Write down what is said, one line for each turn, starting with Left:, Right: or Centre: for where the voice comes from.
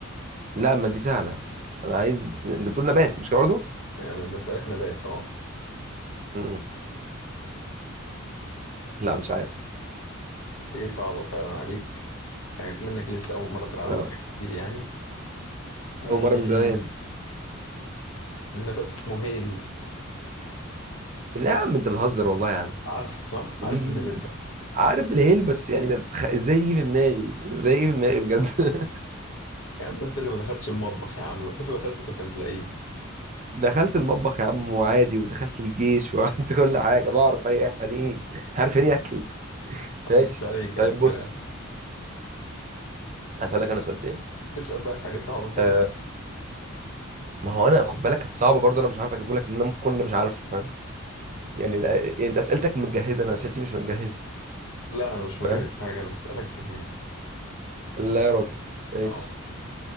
Right: لا ما دي سهله انا عايز انت بتقول نبات مش كده برضه
Left: يعني أنا بسألك نبات أه
Right: امم لا مش عارف
Left: هي صعبة فعلا عليك عليك منك لسه أول مرة تلعبها
Right: آه،
Left: بقى كتير يعني مم.
Right: اول مره من زمان
Left: النبات اسمه هيل
Right: لا يا عم انت بتهزر والله يا عم
Left: عارفه صح؟
Right: ودي
Left: عارف
Right: دي
Left: النبات ده
Right: عارف الهيل بس يعني ده تخ- ازاي يجي في دماغي ازاي يجي في دماغي بجد <laughs>
Left: يا عم أنت اللي ما دخلتش المطبخ يا عم لو كنت دخلت كنت هتلاقيه
Right: دخلت المطبخ يا عم وعادي ودخلت الجيش <laughs> وعملت كل حاجه بعرف هي- يعني ايه عارف يعني إيه اكل
Left: ما
Right: ماشي
Left: عدتش عليك
Right: طيب
Left: قبل كده
Right: بص هسألك انا سؤال تاني
Left: تسأل بقى حاجة صعبة كده
Right: أه ما هو انا خد بالك الصعب برضه انا مش عارف اجيبه لك لان انا ممكن انا مش عارف يعني لا- يعني انت اسئلتك متجهزه انا اسئلتي مش متجهزه
Left: لا أنا مش مجهز
Right: فاهم
Left: حاجة أنا بسألك كده يعني
Right: لا يا راجل ماشي
Left: أه